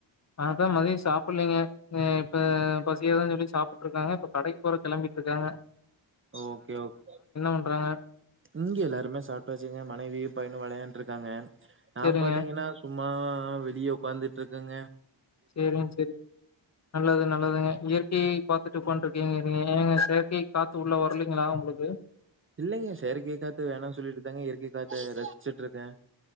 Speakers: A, on the left; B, on the right.
A: அதா மதியம் சாப்லிங்க அ இப்ப பசில தா சாப்புட்டு இருக்காங்க இப்ப கடைக்கு போற கிளம்பிட்டு இருக்காங்க
B: ஓகே ஓகே
A: பண்றாங்க
B: இங்கியு எல்லாருமே சாப்டாச்சு க மனைவி பையனு விளையான் ன்ட்ருக்காங்க நா
A: சேரிங்க
B: பாத்தீங்கன்னா சும் மா ஆ வெளியே உட்காந்துட்டுருக்கங்க
A: சேரிங் செரி நல்லது நல்லதுங்க இயற்கையை பாத்துட்டு உக்காந் ங்க இருங்க எங்க செயற்கை காத்து உள்ள வரலிங்களா உங்களுக்கு
B: இல்லங்க செயற்கை காத்து வேணான் சொல்லிட்டுதாங்க இயற்கை காத்த ரசிச்சுட்டு இருக்க